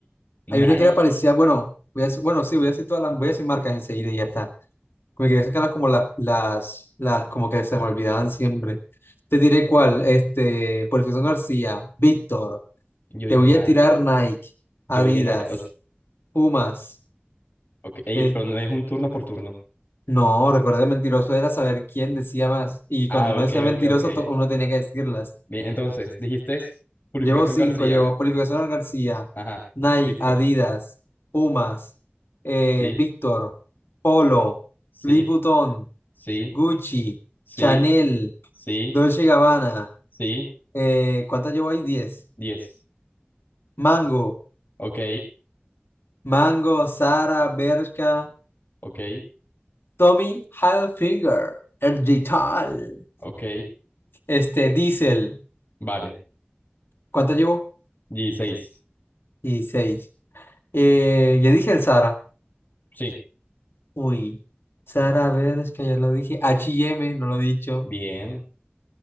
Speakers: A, on the left (about 55°); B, on the left (about 70°).
A: Nike.
B: Hay una que era parecida, bueno, voy a decir- bueno, sí, voy a decir todas las, voy a decir marcas enseguida y ya está. Me quería sacarlas como la- las, las, como que se me olvidaban siempre. Te diré cuál, este, Purificación García, Víctor.
A: Yo dije
B: Te voy
A: Nike,
B: a tirar Nike,
A: yo
B: Adidas,
A: dije Nike. os-
B: Pumas.
A: ok, ey,
B: eh,
A: pero no es un turno por turno.
B: no, recuerda que mentiroso era saber quién decía más. Y
A: Ah,
B: cuando uno
A: ok,
B: decía mentiroso,
A: ok, ok.
B: to- uno tenía que decirlas.
A: Bien, entonces, dijiste Purificación
B: Llevo cinco,
A: García.
B: llevo Purificación García,
A: Ajá,
B: Nike,
A: Víctor.
B: Adidas, Pumas, eh,
A: Sí,
B: Víctor, Polo,
A: sí,
B: Louis Vuitton,
A: sí,
B: Gucci,
A: sí,
B: Chanel,
A: sí,
B: Dolce Gabbana.
A: sí.
B: Eh, ¿cuántas llevo ahí? Diez.
A: diez
B: Mango,
A: Ok,
B: Mango, Zara, Bershka,
A: ok,
B: Tommy Hilfiger, el Digital
A: ok.
B: este, Diesel.
A: Vale,
B: ¿Cuántas llevo?
A: dieciséis
B: Y seis. Eh, ya dije el Zara.
A: Sí,
B: Uy, Sara, a ver, es que ya lo dije. H y M no lo he dicho.
A: bien.